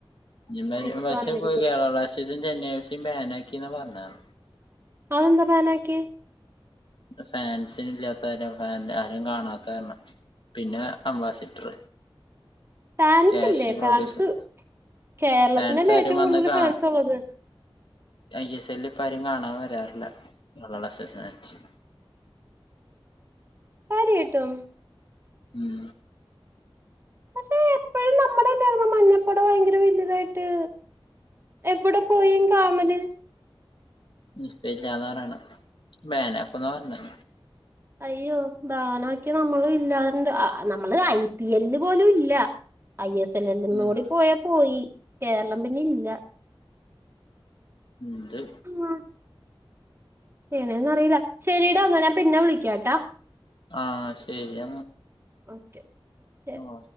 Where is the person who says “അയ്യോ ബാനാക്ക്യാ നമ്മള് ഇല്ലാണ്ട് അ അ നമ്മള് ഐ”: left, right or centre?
Right